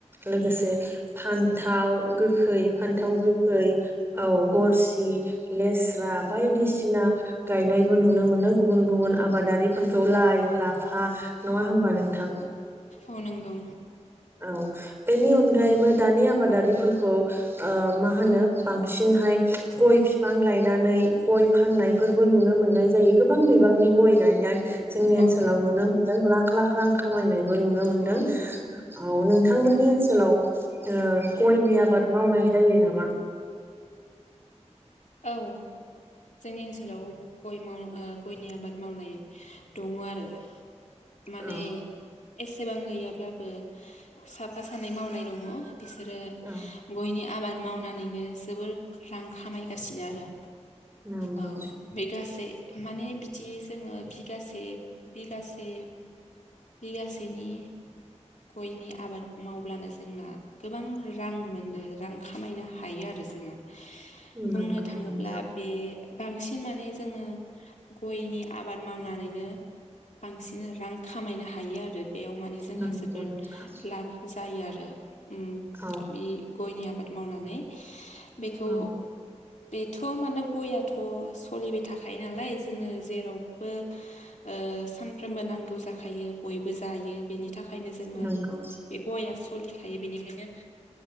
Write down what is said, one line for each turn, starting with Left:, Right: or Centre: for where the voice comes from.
Right: लोगोसे
Left: औ
Right: फान्थाव गोखै फान्थाव गोखै। औ गरसि, लेस्रा बायदिसिना गायनायबो नुनो मोनो गुबुन गुबुन आबादारिफोरखौ लाइ ला फा नङा होमबा नोंथां?
Left: ओ नंगौ।
Right: औ बेनि अनगायैबो दानि आबादारिफोरखौ मा होनो बांसिनहाय गय बिफां गायनानै गय फाननायफोरबो नुनो मोननाय जायो गोबां बिबांनि गय गायनाय जोंनि ओनसोलाव
Left: औ
Right: नुनो मोनदों लाख लाख रां खामायनायबो नुनो मोनदों
Left: औ औ
Right: औ नोंथांमोननि ओनसोलाव गयनि आबाद मावनाय जायो नामा
Left: औ। जोंनि ओनसोलाव गय माव गयनि आबाद मावनाय दङ आरो। माने
Right: औ
Left: एसेबां गैयाब्लाबो साफा सानै मावनाय दङ। बिसोरो
Right: औ
Left: गयनि आबाद मावनानैनो जोबोर रां खामायगासिनो आरो।
Right: नंगौ
Left: औ बे गासै माने बिदि जोङो बिगासे बिगासे बिगासेनि गयनि आबाद मावब्लानो जोंना गोबां रां मोनो, रां खामायनो हायो आरो जोङो।
Right: नंगौ
Left: बुंनो थाङोब्ला
Right: नोंथां
Left: बे बांसिन माने जोङो गयनि आबाद मावनानैनो बांसिन रां खामायनो हायो आरो। बेयाव माने जोंहा
Right: नंगौ
Left: जोबोद
Right: नोंथां
Left: लाब जायो आरो। उम।
Right: औ।
Left: बि गयनि आबाद मावनानै बेखौ
Right: औ
Left: बेथ' माने गयाथ' सोलिबाय थाखायो नालाय, जोङो जेरावबो ओ सानफ्रोमबो नांगौ जाखायो, बयबो जायो। बेनि थाखायनो जोंनो
Right: नंगौ
Left: बे गया सोलिखायो बेनिखायनो